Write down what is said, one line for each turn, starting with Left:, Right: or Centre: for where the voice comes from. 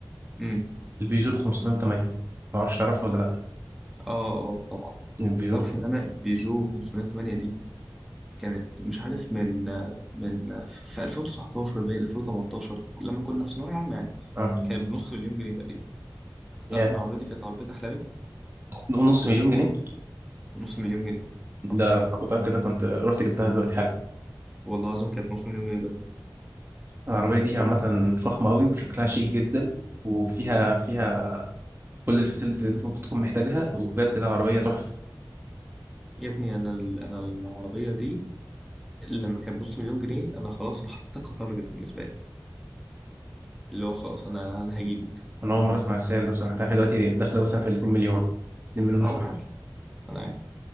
Centre: امم
Right: البيجو ال 508 ما اعرفش تعرف ولا لا
Centre: آه آه طبعا
Right: البيجو
Centre: تعرف إن أنا بيجو 508 دي كانت مش عارف من من في 2019 بين 2018 لما كنا في ثانوية عامة يعني
Right: اه
Centre: كانت بنص مليون جنيه تقريبا تعرف
Right: يا
Centre: ان العربية دي كانت عربية أحلامي
Right: نقول نص مليون جنيه
Centre: نص مليون جنيه
Right: ده
Centre: حرفيا
Right: لو كنت عارف كده كنت رحت جبتها دلوقتي حالا
Centre: والله العظيم كانت نص مليون جنيه بجد
Right: العربيه دي عامه فخمه قوي وشكلها شيك جدا وفيها فيها كل الفاسيلتيز اللي انت ممكن تكون محتاجها وبجد العربيه تحفه
Centre: يا ابني انا ال- انا العربية دي لما كانت بنص مليون جنيه انا خلاص انا حطيتها كتارجت بالنسبة لي اللي هو خلاص انا انا هجيبك
Right: انا اول مره اسمع السعر ده بصراحه انت عارف دلوقتي هي داخله مثلا في ال 2 مليون 2 مليون
Centre: اه
Right: وشويه
Centre: ما انا عارف ما انا عارف